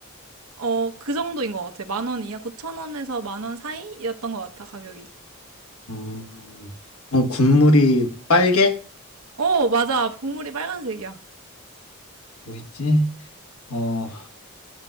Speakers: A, on the right; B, on the left.
A: 어, 그 정도인 것 같아. 만원 이하 9천 원에서 만원 사이였던 것 같아, 가격이.
B: 음, 그럼 국물이 빨개?
A: 어, 맞아. 국물이 빨간색이야.
B: 뭐 있지? 어,